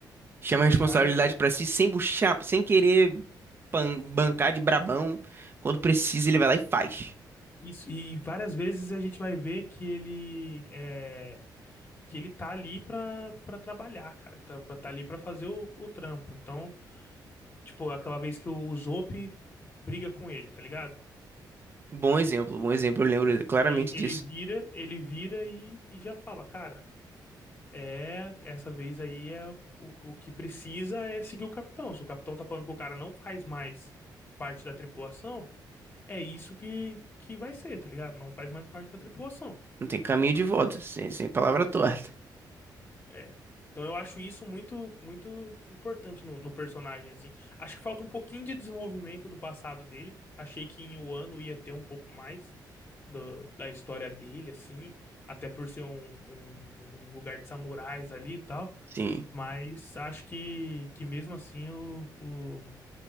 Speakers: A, on the right; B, on the left.
A: Chama a responsabilidade
B: várias
A: pra si sem buchar, sem querer pan- bancar de brabão. Quando precisa, ele vai lá e faz.
B: isso, e várias vezes a gente vai ver que ele é, que ele tá ali pra, pra trabalhar, cara, que tá, pra- tá ali pra fazer o, o trampo. Então, tipo, aquela vez que o Zope briga com ele, tá ligado?
A: Bom exemplo, bom exemplo. Eu lembro claramente
B: Ele, ele
A: disso.
B: vira, ele vira e, e já fala, cara, é, essa vez aí é o, o que precisa é seguir o capitão. Se o capitão tá falando que o cara não faz mais parte da tripulação, é isso que, que vai ser, tá ligado? Não faz mais parte da tripulação.
A: Não tem caminho de volta, sem, sem palavra torta.
B: É. Então eu acho isso muito muito importante no, no personagem, assim. Acho que falta um pouquinho de desenvolvimento do passado dele. Achei que em Wano ia ter um pouco mais do- da história dele, assim. Até por ser um, um- um lugar de samurais ali e tal.
A: Sim.
B: Mas acho que, que mesmo assim o, o,